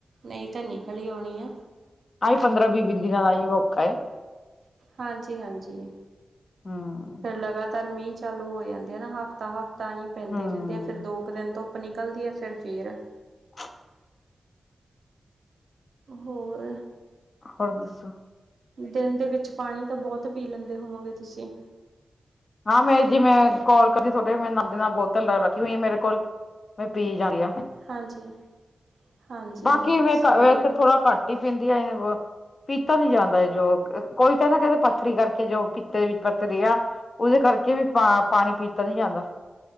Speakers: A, on the right; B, on the left.
A: ਨਈ ਤਾਂ ਨਿਕਲ ਈ ਆਉਣੀ ਐ।
B: ਆਈ ਪੰਦਰਾਂ-ਬੀ, ਬੀ ਦਿਨਾਂ ਦਾ ਆਈਮ ਔਖਾ ਏ।
A: ਹਾਂਜੀ, ਹਾਂਜੀ।
B: ਹਾਂ।
A: ਫਿਰ ਲਗਾਤਾਰ ਮੀਂਹ ਚਾਲੂ ਹੋ ਜਾਂਦੇ ਆ ਨਾ। ਹਫਤਾ-ਹਫਤਾ ਹੀ ਪੈਂਦੇ
B: ਹਮ
A: ਰਹਿੰਦੇ। ਫਿਰ ਦੋ ਕੁ ਦਿਨ ਧੁੱਪ ਨਿਕਲਦੀ ਹੈ। ਫਿਰ ਫੇਰ।
B: <inaudible>
A: ਹੋਰ।
B: ਹੋਰ ਦੱਸੋ।
A: ਦਿਨ ਦੇ ਵਿੱਚ ਪਾਨੀ ਤਾਂ ਬਹੁਤ ਪੀ ਲੈਂਦੇ ਹੋਵੋਂਗੇ ਤੁਸੀ।
B: ਹਾਂ ਮੈਂ ਜਿਵੇਂ ਕੋਲ ਕਰਦੀ ਤੁਹਾਡੇ ਮੈਂ ਨਾਲ ਦੀ ਨਾਲ ਬੋਤਲ ਰੱਖੀ ਹੋਈ ਏ ਮੇਰੇ ਕੋਲ। ਮੈ ਪੀ ਜਾ ਰਹੀ ਆ,
A: ਹਾਂਜੀ ਹਾਂਜੀ
B: ਬਾਕੀ ਮੈ
A: ਸਹੀ
B: ਘਟ ਵੈਸੇ
A: ਆ
B: ਥੋੜਾ ਘੱਟ ਟੀਫਿਨ ਦੀਆਏ ਵੋ। ਟੀ। ਪਿੱਤਾ ਨੀ ਜਾਂਦਾ ਜੋ ਕੋਈ ਕਹਿਦਾ ਕਹਿੰਦੇ ਪੱਥਰੀ ਕਰਕੇ ਜੋ ਪਿੱਤੇ ਵਿੱਚ ਪੱਥਰੀ ਆ। ਉਹਦੇ ਕਰਕੇ ਵੀ ਪਾ ਪਾਣੀ ਪੀਤਾ ਨੀ ਜਾਂਦਾ।